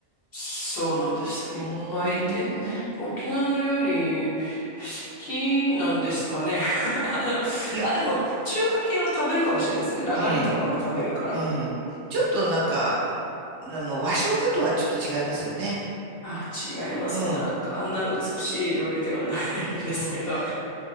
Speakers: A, on the left (about 50°); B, on the right (about 65°).
A: そうなんですよ。
B: うーん。
A: いっぱいいて。沖縄の料理、好きなんですかね。<laughs> あのあ、
B: いや、
A: でも、中華系は食べるかもしれないですね。中身とかも食べるから。
B: うん。うん。ちょっとなんか、あの、和食とはちょっと違いますよね。
A: あ、違いますね。
B: うん。
A: なんか、あんな美しい料理ではない <laughs> ですけど。
B: うん。